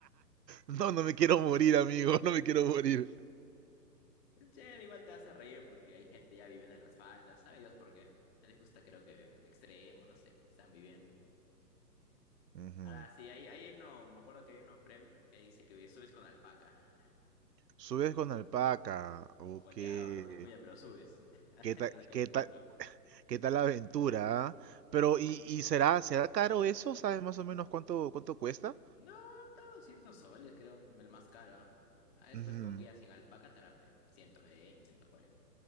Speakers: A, on the right (about 75°); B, on the left (about 40°).
A: No, no me quiero morir, amigo. No me quiero morir.
B: Es chévere, igual te hace reír porque hay gente ya viviendo en las faldas, ¿sabes Dios por qué? A les gusta creo que el extremo, no sé, están viviendo.
A: Ujú.
B: Ahora sí, hay, hay uno, me acuerdo que hay uno premio que dice que subes con alpaca, <laughs>
A: Subes con alpaca. Ok.
B: o con
A: ¿Qué
B: llama, o con vicuña, pero subes. <laughs>
A: tal,
B: Te saca
A: qué
B: tu foto.
A: tal, qué tal la aventura? ah? Pero, ¿y, y será, será caro eso? ¿Sabes más o menos cuánto, cuánto cuesta?
B: No, está 200 soles, creo, el más caro, ¿ah? Ah, después
A: Ujú.
B: con guía sin alpaca, estará pues 120, 140.